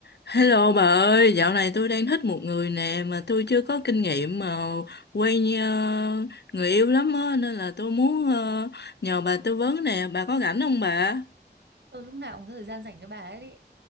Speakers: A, on the left; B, on the right.
A: Hello bà ơi, dạo này tôi đang thích một người nè mà tôi chưa có kinh nghiệm mà quen ờ, người yêu lắm á nên là tôi muốn ờ, nhờ bà tư vấn nè, bà có rảnh không bà?
B: Tôi lúc nào cũng có thời gian dành cho bà ấy đấy.